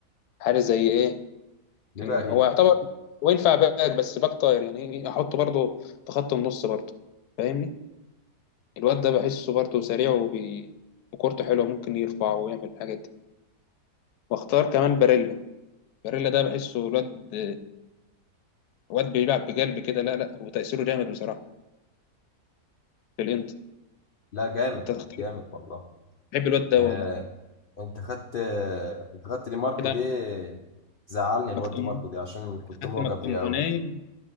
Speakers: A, on the left; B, on the left.
A: حارس زي ايه
B: ليه
A: إيه،
B: بقى كده
A: هو يعتبر وينفع باك بس باك طاير يعني احطه برضو في خط النص برضو فاهمني الواد ده بحسه برضو سريع وبي... وكورته حلوة ممكن يرفع ويعمل الحاجات دي واختار كمان باريلا باريلا ده بحسه الواد الواد بيلعب بقلب كده لا لا وتأثيره جامد بصراحة في الانتر
B: لا جامد
A: انت تختار
B: جامد والله
A: بحب الواد ده
B: آه
A: والله
B: انت خدت آه انت خدت دي ماركو
A: كده
B: دي زعلني الواد
A: مكتوم
B: دي ماركو دي عشان كنت
A: خدت
B: معجب
A: مكتوموناي
B: بيه قوي